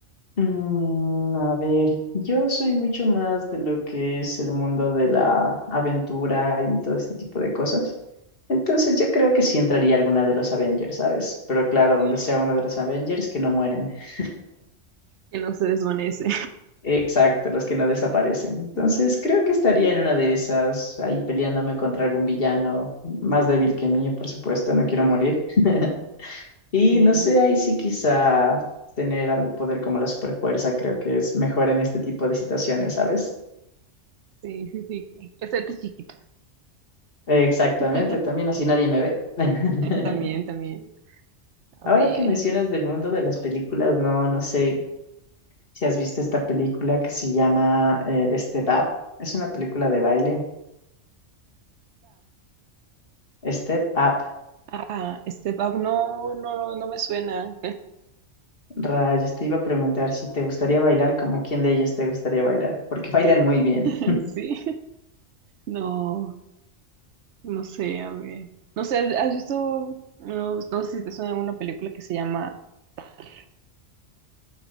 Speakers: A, on the left; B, on the right.
A: Mm, a ver, yo soy mucho más de lo que es el mundo de la aventura y todo este tipo de cosas. Entonces yo creo que sí entraría alguna de los Avengers, ¿sabes? Pero claro,
B: Sí,
A: donde sea uno de los Avengers que no mueren. <laughs>
B: Que no se desvanece,
A: Exacto, los que no desaparecen. Entonces
B: <laughs> ¿sabes?
A: creo que estaría en una de esas, ahí peleándome contra algún villano más débil que mí, por supuesto, no quiero morir. <laughs> Y
B: Y-
A: no sé, ahí sí quizá tener algún poder como la superfuerza creo que es mejor en este tipo de situaciones, ¿sabes?
B: Sí, sí, sí, que que hacerte chiquito.
A: Exactamente,
B: <laughs>
A: también así nadie me ve. <laughs>
B: También, también. A
A: Ahora
B: ver.
A: que mencionas del mundo de las películas, no, no sé si has visto esta película que se llama eh, Step Up. Es una película de baile. Step Up.
B: Ah, Step Up no, no, no me suena.
A: Rayos, te iba a preguntar si te gustaría bailar, como quién de ellos te gustaría bailar, porque <laughs> bailan muy bien.
B: <laughs> Sí, no, no sé, a ver. No sé, ¿has visto? No, no sé si te suena una película que se llama Tar.